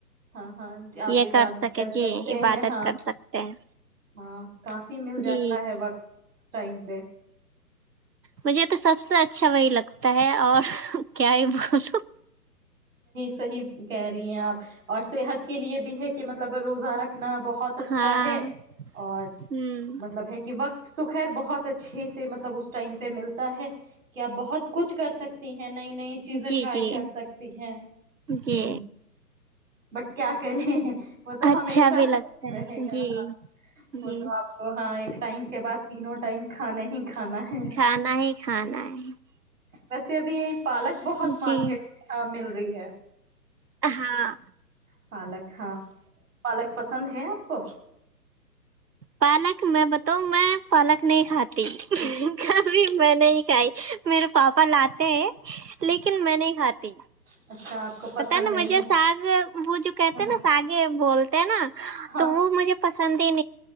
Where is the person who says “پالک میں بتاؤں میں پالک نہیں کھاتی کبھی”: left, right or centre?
Right